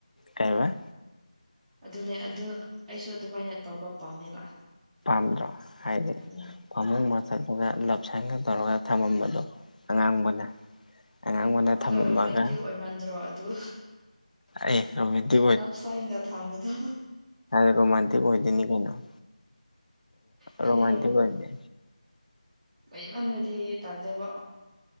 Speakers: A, on the left; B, in the centre.
A: ꯀꯩꯕ?
B: ꯑꯗꯨꯅꯦ ꯑꯗꯨ ꯑꯩꯁꯨ ꯑꯗꯨꯃꯥꯏꯅ ꯇꯧꯕ ꯄꯥꯝꯃꯦꯕ
A: ꯄꯟꯗ꯭ꯔꯣ ꯍꯥꯏꯗꯤ
B: ꯎꯝ
A: ꯐꯃꯨꯡ ꯃꯊꯠꯂꯒ ꯂꯞꯁꯟꯒ ꯇꯧꯔꯒ ꯊꯝꯃꯝꯕꯗꯣ ꯑꯉꯥꯡꯕꯅ ꯑꯉꯥꯡꯕꯅ
B: ꯑꯗꯣ
A: ꯊꯝꯃꯝꯃꯒ
B: ꯔꯣꯃꯦꯟꯇꯤꯛ ꯑꯣꯏꯃꯟꯗ꯭ꯔꯣ ꯑꯗꯨ
A: ꯑꯦ ꯔꯣꯃꯦꯟꯇꯤꯛ
B: ꯅꯞꯁꯕꯤꯗ ꯊꯥꯡ ꯃꯗ
A: ꯔ ꯔꯣꯃꯥꯟꯇ ꯑꯣꯏꯗꯅꯤ ꯀꯩꯅꯣꯣ
B: ꯑꯩꯗꯤ
A: ꯔꯣꯃꯥꯟꯇ ꯑꯣꯏꯗ
B: ꯑꯩꯕꯅꯗꯤ ꯇꯜꯗꯦꯕꯣ